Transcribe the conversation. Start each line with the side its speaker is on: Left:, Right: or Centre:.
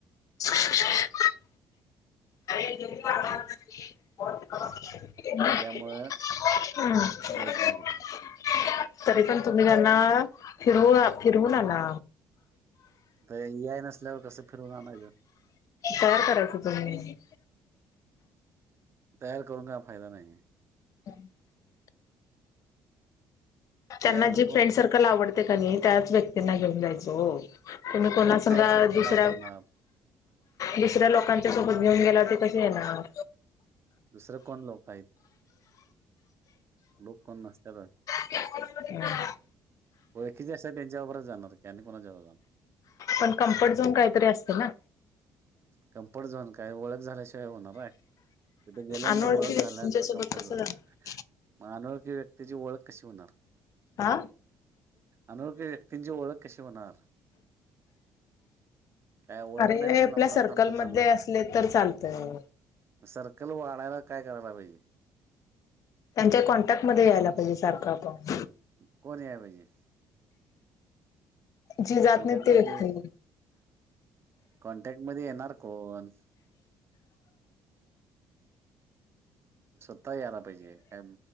Left: <unintelligible> <unintelligible> हम् <unintelligible>
Right: त्यामुळं जाईत नाही कुठं.
Left: तरी पण तुम्ही त्यांना फिरवू, फिरवून आणा.
Right: आता या नसल्यावर कसं फिरून आणायचं.
Left: तयार करायचं तुम्ही.
Right: तयार करून का फायदा नाहीये.
Left: <unintelligible> त्यांना
Right: यायला
Left: जी
Right: नको.
Left: फ्रेंड सर्कल आवडते का नाही त्याच व्यक्तींना घेऊन जायचं हो. तुम्ही कोणा
Right: कोण फ्रेंड
Left: समजा
Right: सर्कल
Left: दुसऱ्या
Right: आवरणार?
Left: दुसऱ्या लोकांच्या सोबत घेऊन गेला ते कसी येणार.
Right: दुसरं कोण लोक आहेत. लोक नासत्यात.
Left: <unintelligible> हम.
Right: ओळखी जे असत्यात, त्यांच्याबरच जाणारी आणि कोणा जवळ जाणार.
Left: पण कम्फर्ट झोन काहीतरी असते ना.
Right: कम्फर्ट झोन काय ओळख झाल्याशिवाय होणार आहे. तिथे गेल्यानंतर
Left: अनोळखी
Right: ओळख
Left: व्यक्तींच्या
Right: झाल्यानंतर
Left: सोबत
Right: कंम्फर्ट
Left: कसं
Right: झोन.
Left: जाणार
Right: मग अनोखी व्यक्तीची ओळख कशी होणार.
Left: आ.
Right: अनोखी व्यक्तींची ओळख कशी होणार? <inaudible> काय ओळख
Left: अरे
Right: नाही म्हणून लांब
Left: आपल्या
Right: लांब
Left: सर्कल
Right: थांबून
Left: मध्ये
Right: चालणार
Left: असले तर चालतंय.
Right: म सर्कल वाढायला काय करायला पाहिजे?
Left: त्यांच्या कॉन्टॅक्टमध्ये यायला पाहिजे सारखं. आपण
Right: कोण या पाहिजे?
Left: जी जात
Right: कॉन्टॅक्ट
Left: नाही ती
Right: मध्ये
Left: व्यक्ती
Right: कॉन्टॅक्ट मध्ये येणार कोण? स्वतः याला पाहिजे काय